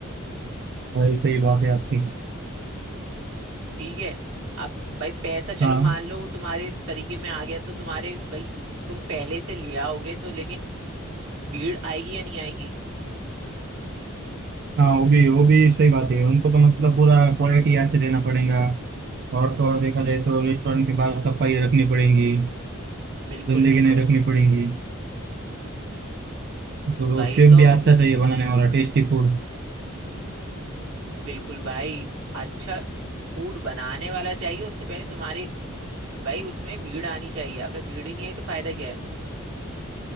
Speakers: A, on the right; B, on the right.
A: भाई सही बात है आपकी
B: ठीक है अब भाई पैसा चलो
A: हाँ
B: मान लो वो तुम्हारे तरीके में आ गया तो तुम्हारे भाई तुम पहले से ले आओगे तो लेकिन भीड़ आएगी या नहीं आएगी
A: हाँ वो भी वो भी सही बात है उनको तो मतलब पूरा क्वालिटी अच्छे देना पड़ेगा और तो और देखा जाए तो रेस्टोरेंट के बाहर सफाई रखनी पड़ेगी
B: बिल्कुल
A: गंदगी
B: बिल्कुल
A: नहीं रखनी पड़ेगी तो
B: भाई
A: शेफ
B: तो
A: भी अच्छा चाहिए बनाने वाला टेस्टी फूड
B: बिल्कुल भाई अच्छा फूड बनाने वाला चाहिए उससे पहले तुम्हारी भाई उसमें भीड़ आनी चाहिए अगर भीड़ ही नहीं आई तो फायदा क्या है